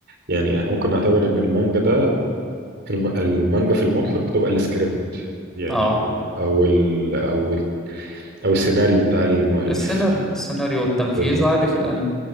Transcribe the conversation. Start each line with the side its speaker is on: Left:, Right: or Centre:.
Right: يعني ممكن نعتبر ان المانجا ده الم- المانجا في المطلق بتبقى السكريبت يعني
Centre: اه
Right: آه، او ال او ال او السيناريو بتاع المؤلف
Centre: السيناريو السيناريو والتنفيذ
Right: بالظبط
Centre: عادي في الانمي